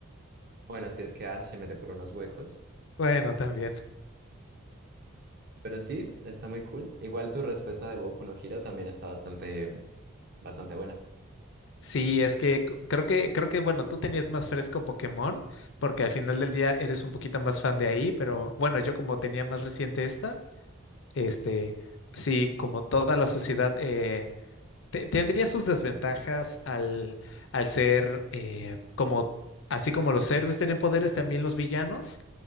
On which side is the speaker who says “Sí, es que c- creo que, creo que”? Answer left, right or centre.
Left